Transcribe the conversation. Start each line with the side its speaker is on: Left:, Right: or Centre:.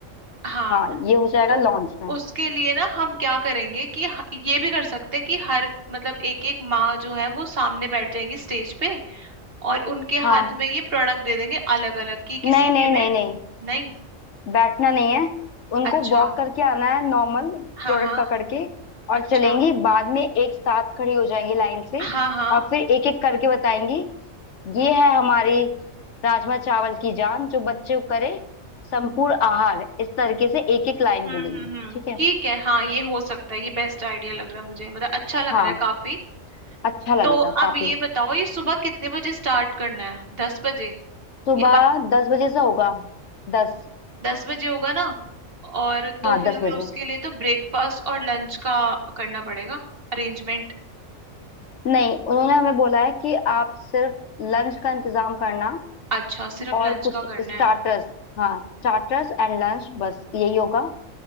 Right: हाँ
Left: हाँ ये हो जाएगा
Right: तो
Left: लॉन्च में
Right: उसके लिए ना हम क्या करेंगे कि ह- ये भी कर सकते हैं कि हर मतलब एक एक माँ जो है वो सामने बैठ जाएंगी स्टेज पे और उनके
Left: हाँ
Right: हाथ में ये प्रोडक्ट दे देंगे अलग अलग कि
Left: नहीं
Right: किसी
Left: नहीं
Right: के में
Left: नहीं नहीं
Right: नहीं
Left: बैठना नहीं है उनको
Right: अच्छा
Left: वॉक करके आना है नॉर्मल
Right: हाँ
Left: प्रोडक्ट
Right: हाँ
Left: पकड़ के और
Right: अच्छा
Left: चलेंगी बाद में एक साथ खड़ी हो जाएंगी लाइन से
Right: हाँ हाँ
Left: और फिर एक एक करके बताएंगी ये है हमारी राजमा चावल की जान जो बच्चे को करे संपूर्ण आहार इस तरीके से एक एक लाइन
Right: हम्म
Left: बोलेंगी
Right: हम्म हम्म
Left: ठीक है
Right: ठीक है हाँ ये हो सकता है ये बेस्ट आइडिया लग रहा है मुझे मतलब अच्छा लग
Left: हाँ
Right: रहा है काफी
Left: अच्छा लगेगा
Right: तो अब
Left: काफी
Right: ये बताओ ये सुबह कितने बजे स्टार्ट करना है दस बजे
Left: सुबह
Right: या
Left: दस बजे से होगा दस
Right: दस बजे होगा ना और तो
Left: हाँ
Right: फिर
Left: दस
Right: हमें
Left: बजे
Right: उसके लिए तो ब्रेकफास्ट और लंच का करना पड़ेगा अरेंजमेंट
Left: नहीं उन्होंने हमें बोला है कि आप सिर्फ लंच का इंतजाम करना
Right: अच्छा सिर्फ
Left: और
Right: लंच
Left: कुछ
Right: का करना
Left: स्टार्टर्स
Right: है
Left: हाँ स्टार्टर्स एंड लंच बस यही होगा